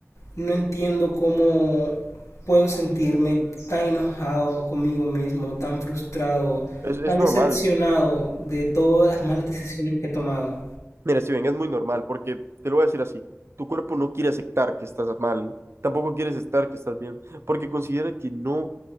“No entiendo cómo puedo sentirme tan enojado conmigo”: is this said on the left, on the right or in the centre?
Left